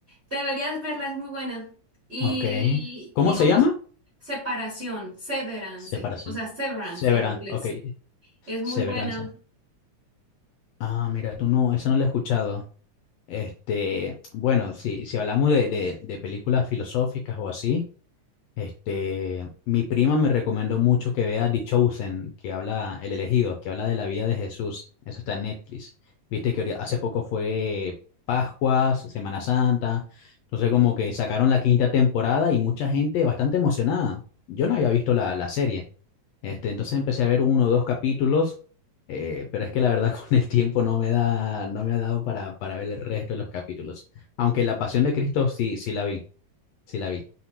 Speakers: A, on the right; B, on the left.
A: Deberías verla, es muy buena. Y
B: Ok. ¿Cómo
A: digamos,
B: se llama?
A: separación, severance,
B: Separación.
A: o sea, severance
B: Severanza.
A: en inglés.
B: Ok.
A: Es
B: Severanza.
A: muy buena.
B: Ah, mira, tú no, esa no la he escuchado. Este, bueno, si, si hablamos de, de, de películas filosóficas o así. Este, mi prima me recomendó mucho que vea The Chosen, que habla, El Elegido, que habla de la vida de Jesús. Eso está en Netflix. Viste que ahorita- hace poco fue Pascuas, Semana Santa. Entonces como que sacaron la quinta temporada y mucha gente bastante emocionada. Yo no había visto la, la serie. Este, entonces empecé a ver uno o dos capítulos, eh, pero es que la verdad <laughs> con el tiempo no me da, no me ha dado para, para ver el resto de los capítulos. Aunque La Pasión de Cristo sí, sí la vi sí la vi.